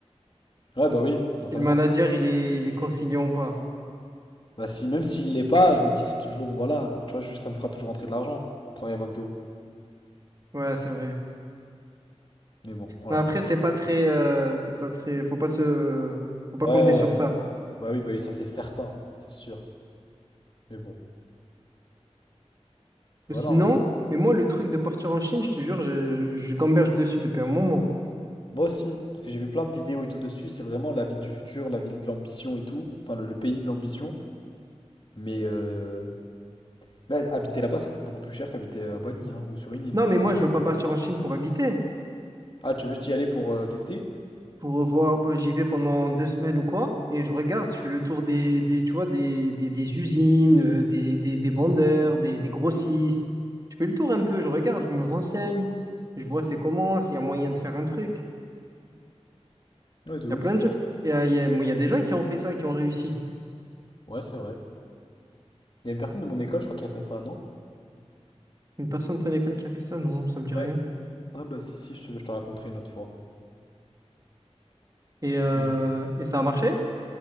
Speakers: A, on the left; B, on the right.
A: Ouais, bah oui, totalement.
B: Si le manager, il est, il est conciliant ou pas.
A: Bah, si, même s'il l'est pas, je me dis, c'est toujours, voilà, tu vois, je- ça me fera toujours rentrer de l'argent, travailler à McDo.
B: Ouais, c'est vrai.
A: Mais bon, voilà.
B: Mais après, c'est pas très, euh, c'est pas très. Faut pas se, faut pas
A: Ouais,
B: compter
A: ouais,
B: sur ça.
A: ouais. Bah oui, bah oui, ça, c'est certain, c'est sûr. Mais bon,
B: Ou
A: voilà.
B: sinon,
A: hein.
B: mais moi, le truc de partir en Chine, je te jure, je, je- je gamberge dessus depuis un moment.
A: Moi aussi, parce que j'ai vu plein de vidéos et tout dessus, c'est vraiment la ville du futur, la ville de l'ambition et tout, enfin le, le pays de l'ambition. Mais, euh, mais habiter là-bas, ça coûte beaucoup plus cher qu'habiter à Bali hein, ou sur une île,
B: Non, mais
A: ça
B: moi,
A: c'est certain.
B: je veux pas partir en Chine pour habiter.
A: Ah, tu veux juste y aller pour euh, tester?
B: Pour revoir, bah, j'y vais pendant deux semaines ou quoi, et je regarde, je fais le tour des, des, tu vois, des, des, des usines, euh, des, des, des vendeurs, des, des grossistes. Je fais le tour un peu, je regarde, je me renseigne, je vois c'est comment, s'il y a moyen de faire un truc.
A: Ouais, de
B: Il
A: ouf.
B: y a plein de gens, il y a, il y a, bon, il y a des gens qui ont fait ça, qui ont réussi.
A: Ouais, c'est vrai. Il y a une personne de mon école, je crois, qui a fait ça, non?
B: Une personne de ton école qui a fait ça, non, ça me dit rien.
A: Ouais. Ah bah si, si, je te, je te raconterai une autre fois.
B: Et, euh,
A: Mais
B: et ça a marché?